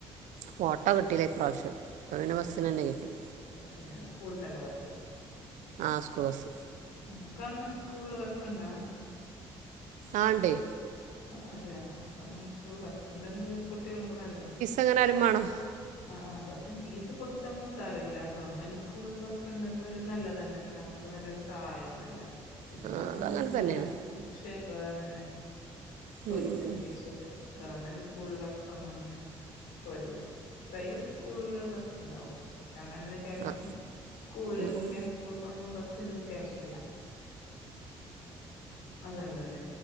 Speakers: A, on the right; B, on the left.
A: ഫോട്ടോ കിട്ടിലാ ഇപ്രാവശ്യം അപ്പോൾ പിന്നെ ബസ്സിന്
B: അതെ
A: തന്നെ കിട്ടി
B: ബസ്സിന് സ്കൂളിൽ തന്നെ ബസ്
A: ആഹ് സ്കൂൾ ബസ്
B: ഉം ഗവൺമെന്റ് സ്കൂളില് ബസ്സുണ്ടോ?
A: ആണ്ടേ
B: ആഹ് അതെയാ ഗവൺമെന്റ് സ്കൂള് ബസ് ഇണ്ടെങ്ക് കുട്ടികൾക്ക് നല്ലതാ
A: അങ്ങനാരും മാണം
B: ആഹ് ആഹ് ബസ്സിന് ഫീസ് കൊടുത്തെങ്ങും സാരവില്ല ഗവൺമെന്റ് സ്കൂളിൽ ബസ് ഇണ്ടെങ്കോരു നല്ലതന്നെല്ലേ നമ്മക്ക് നല്ലൊരു തായെന്നല്ലേ ഇങ്ങോട്ടൊന്നും
A: ആ അതങ്ങനെ തന്നെയാണ്
B: ഇല്ല <unintelligible>
A: ഉം ഉം ഉം
B: ഗവൺമെന്റ് സ്കൂൾ ബസ്സൊന്നും ഇങ്ങനെ പോരൂല്ല പ്രൈവറ്റ് സ്കൂളിൽ ബസ് ഉണ്ടാവും പക്ഷെ അങ്ങനെന്നെ ക്യാഷും
A: ആ
B: സ്കൂളിലേക്കും
A: ഉം ഉം
B: ക്യാഷും കൊടുക്കും അപ്പഴും ബസ്സിനും ക്യാഷ് അല്ലേ അതല്ലേ ഒരു